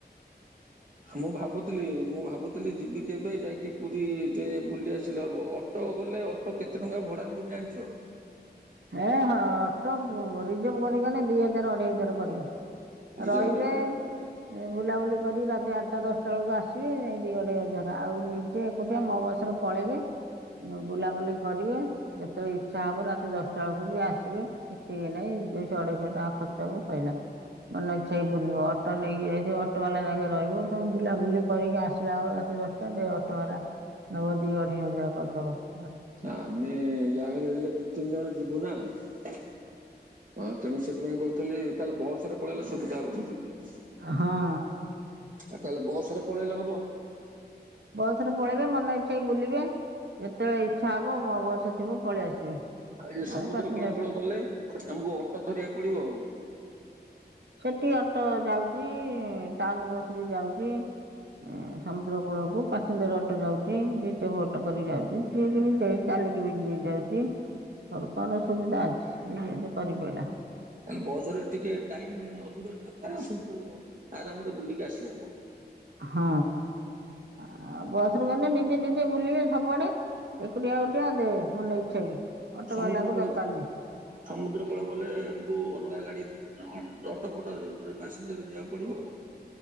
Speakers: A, on the right (about 50°); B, on the right (about 85°).
A: ମୁଁ ଭାବୁଥିଲି ମୁଁ ଭାବୁ ଥିଲ ଯିବି କେବେ ଯାଇକି ପୁରିଟେ ବୁଲି ଆସିଲେ ହବ ଅଟୋ ଗଲେ ଅଟୋ କେତେ ଟଙ୍କା ଭଡା ନୋଉଚି ଜାଣିଚ?
B: ଏ ହଁ ଅଟୋ ରିଜର୍ଭ କରିକକି ଗଲେ ଦିଇ ହଜାର ଅଢେଇ ହଜାର କରିବ।
A: ହଜାର
B: ରହିବେ
A: ଅଢ଼େଇଶହ।
B: ବୁଲାବୁଲି ଧରିକି ରାତି ଆଠଟା ଦଶଟା ବେଳକୁ ଆସିବେ ଏ ଦି ଅଢେଇ ହଜାରେ ଆଉ ନିଜେ ଏକୁଟିଆ ମୋ ବସରେ ପଳେଇବେ ବୁଲାବୁଲି କରିବେ ଯେତେବେଳେ ଇଚ୍ଛା ହବ ରାତି ଦଶଟା ତଳକୁ ବି ଆସିବେ କିଛି ଇଏ ନାହିଁ ଦୁଇଶ ଅଢ଼େଇଶହ ଟଙ୍କା ଖର୍ଚ୍ଚ ହେବ ସ‌ଇଲା ମନ ଇଚ୍ଛାକି ବୁଲିବ ଅଟୋ ନେଇକି ଯାଇଥିବ ଅଟୋବାଲା ଯାଗେ ରହିବ ତମେ ବୁଲାବୁଲି କରିକି ଆସିଲା ବେଳକୁ ରାତି ଦଶଟା ଦେ ଅଟୋବାଲା ନେବ ଦୁଇ ଅଢ଼େଇ ହଜାର କରିଦେବ।
A: ଆମେ ଯା ଯାହିଲେ ଦି ତିନି ଜଣ ଯିବୁନା। <inaudible> ହଁ ତେଣୁ ସେ ସେଥିପାଇଁ କୋହୁଥିଲି ତାହେଲେ ବସ୍ ରେ ପଳେଇଲେ ସୁବିଧା ହେବ କୋହୁଚନ୍ତି।
B: ହଁ।
A: ଆଉ ତାହେଲେ ବସ୍ ରେ ପଳେଇଲେ ହବ।
B: ବସ ରେ ପଳେଇବେ ମନ ଇଚ୍ଛାକି ବୁଲିବେ ଯେତେବେଳେ ଇଚ୍ଛା ହବ ମୋ ବସ ଥିବ ପଳେଇ ଆସିବେ।
A: ଆଉ ଏ
B: ନହେଲେ
A: ସମୁଦ୍ର
B: ପାସେଞ୍ଜର
A: କୂଳଫୁଳ ଗଲେ ଆମକୁ ଅ ହାତ ଧରିବାକୁ ପଡିବ ଆଉ।
B: ସେଟି ଅଟୋ ଯାଉଚି ଟାଉନ ବସ୍ ବି ଯାଉଚି। ଏ ସମୁଦ୍ରକୂଳକୁ ପାସେନଜର ଅଟୋ ଯାଉଚି ।ରିଜର୍ପ ଅଟୋ କରି ଯାଉଚି। ଯିଏ ଯେମିତି ଦେଇ-ଚାଲିକି ବି ଯିଏ ଯାଉଚି। ସରକାର ସୁବିଧା ଅଛି। ଯିଏ ଯେନ୍ତି କରିପାଇଲା।
A: ତାଲେ ବସ୍ ରେ ଟିକେ ଟାଇମ୍ ଅଧିକ ଦରକାର ହଉଚିହ ଆରାମରେ ବୁଲିକି ଆସିହବ। <inaudible>
B: ହଁ। ଆଉ ବସ୍ ରେ ଗନେ ନିଜେ ନି ବୁଲିବେ ସବୁଆଡେ ।ଏକୁଟିଆ ଏକୁଟିଆ ଦେ ମନ ଇଚ୍ଛା କି। ଅଟୋ
A: ସମୁଦ୍ରକୂଳ
B: ବାଲାକୁ ଦରକାର
A: ଯ -ସମୁଦ୍ର
B: ନାହିଁ
A: କୂଳ ଗଲେ ଉ ଅଲଗା ଗାଡି ଦି -ଅଟୋ ଫଟୋ ରେ ପାସେଞ୍ଜର ଯିବାକୁ ପଡିବ ଆଉ।